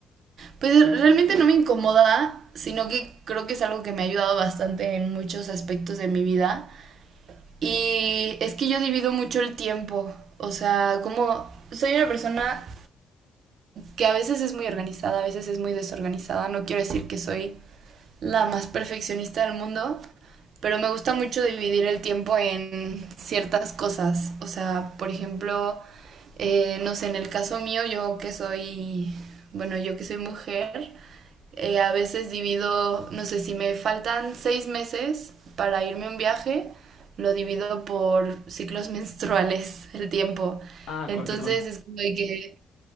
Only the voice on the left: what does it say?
Ah,
corte con...